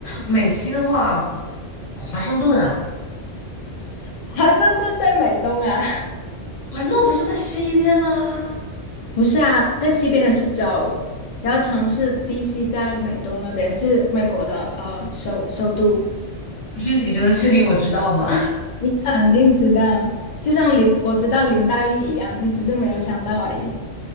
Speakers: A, on the left; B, on the left.
A: 美西的话，华盛顿啊，
B: 华盛顿在美东啊。
A: 华盛顿不是在西边吗？
B: 不是啊，在西边的是州，然后城市 DC 在美东那边，是美国的呃首首都。
A: 不是，你真的确定我知道吗？
B: 你肯定知道，就像林我知道林黛玉一样，你只是没有想到而已。